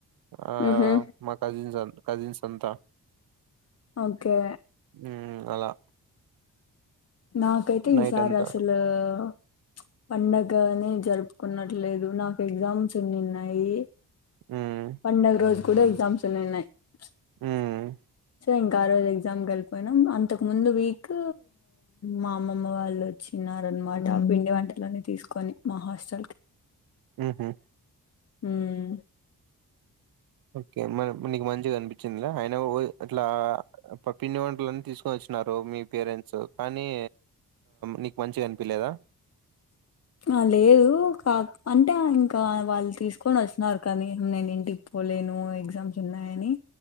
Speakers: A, on the right (about 65°); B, on the left (about 40°).
A: ఆ
B: ఉహు
A: మా కజిన్స్ కజిన్స్ అంతా
B: ఓకే
A: ఉమ్ అలా
B: నాకైతే
A: నైట్
B: ఈసారి
A: అంతా
B: అసలు చుప్ పండగ అనే జరుపుకున్నట్లేదు నాకు ఎగ్జామ్స్ ఎన్ని ఉన్నాయి
A: ఉమ్
B: పండగ రోజు కూడా ఎగ్జామ్స్ ఉన్న ఉన్నాయి చుప్ <inaudible>
A: ఉమ్
B: ఇంక ఆ రోజు ఎగ్జామ్ క్ వెళ్లిపోయినాం అంతకు ముందు వీక్ క్ మా అమ్మమ్మ వాళ్ళు వచ్చినార్ అన్నమాట పిండి వంటల్ అన్ని తీసుకొని మా హాస్టల్ కి
A: ఉహు
B: హుమ్
A: ఓకే మ్యామ్ నీకు మంచిగా అనిపించింద ఆయన ఇట్లా పిండి వంటలన్ని తీసుకొని వచ్చినారు మీ పేరెంట్స్ కానీ నీకు ఆ మంచిగా అనిపిలేదా
B: ఆ లేదు కా అంటే ఇంకా వాళ్ళు తీసుకొని వస్తున్నారు కానీ నేను ఏంటి పోలేను ఎగ్జామ్స్ ఉన్నాయని